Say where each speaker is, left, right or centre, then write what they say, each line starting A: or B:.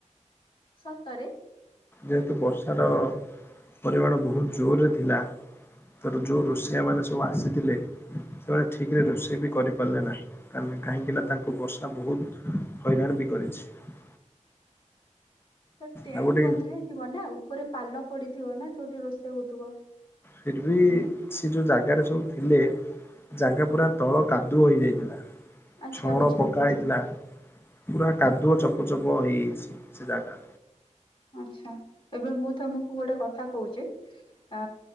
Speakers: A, on the left (about 40°); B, on the left (about 20°).
A: ସତରେ?
B: ଯେହେତୁ ବର୍ଷାର ପରିମାଣ ବହୁତ ଜୋରରେ ଥିଲା ତେଣୁ ଯେଉଁ ରୋଷେଇଆ ମାନେ ସବୁ ଆସିଥିଲେ ସେମାନେ ଠିକରେ ରୋଷେଇ ବି କରିପାରିଲେ ନାହିଁ। କାରଣ କାହିଁକି ନା ତାଙ୍କୁ ବର୍ଷା ବହୁତ ହଇରାଣ ବି କରିଛି।
A: ତ ଟେଣ୍ଟ
B: ଆଉ ଗୋଟେ
A: ବନ୍ଧା ହେଇଥିବ ନା ଉପରେ ପାଲ ପଡିଥିବ ନା ଯୋଉଠି ରୋଷେଇ ହଉଥିବ।
B: ଫିର୍ ବି ସେ ଯଉ ଜାଗାରେ ସବୁ ଥିଲେ ଜାଗା ପୁରା ତଳ କାଦୁଅ ହେଇଯାଇଥିଲା
A: ଆଚ୍ଛା
B: ଛଣ
A: ବୁଝିଲି
B: ପକା
A: ବୁଝିଲି।
B: ହେଇଥିଲା। ପୁରା କାଦୁଅ ଚପ ଚପ ହେଇଯାଇଛି ସେ ଜାଗା
A: ଆଛା ଏବେ ମୁଁ ତମକୁ ଗୋଟେ କଥା କହୁଚି। ଅ